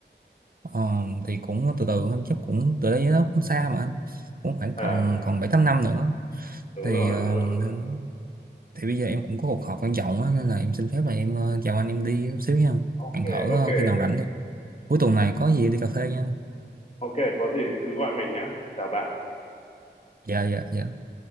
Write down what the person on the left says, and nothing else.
Ờ
đúng
rồi
đúng rồi
ok
ok
ok có gì thì cứ gọi mình nhé chào bạn